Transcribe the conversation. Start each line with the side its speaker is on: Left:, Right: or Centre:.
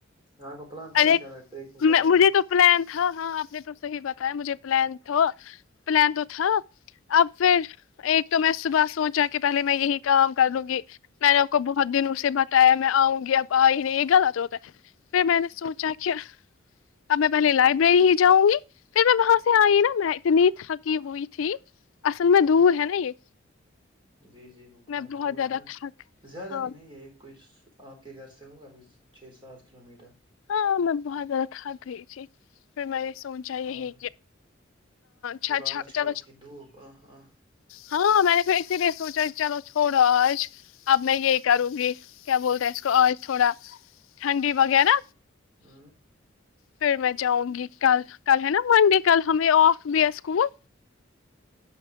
Right: آپ کا پلان تھا نا
Left: ارے
Right: شاید ٹریکنگ جانے
Left: مجھے
Right: کا
Left: تو پلان تھا ہاں آپ نے تو صحیح بتایا مجھے پلان تو پلان تو تھا اب پھر ایک تو میں صبح سوچ چا کے پہے میں یہی کام کر لوں گی میں نے ان کو ب بہت دن اسے بتایا میں آؤں گی اب آ ہی نہیں یہ گلا تو ہوتا ہے پھر میں نے سوچا کہ ا میں پہلے لائبریری ہی جاؤں گی پھر میں وہاں سے آئی نا میں اتنی تھکی ہوئی تھی اصل میں دور ہے نا یہ
Right: جی جی بہت
Left: میں
Right: دور
Left: زیادہ
Right: ہے نا
Left: تھک
Right: زیادہ
Left: ہاں
Right: بھی نہیں ہے کوئی آپ کے گھر سے ہوگا کوئی چھ سات کلو میٹر
Left: ہاں میں بہت زیادہ تھک گئی تھی پھر میںیری سوچا یہی
Right: اور
Left: کہچاھالو
Right: اور آج کل کی دھوپ آہ آہ
Left: ہاں میں نے اسی لیے سوچا کہ چلو چھوڑو آج اب میں یہی کروں گی کیا بول رہے اس کو آج تھوڑا ٹھنڈی وغیرہ
Right: ہ
Left: پھر میں جاؤں گی کل کل ہے نا منڈے کل ہمیں آف بھییا اسکول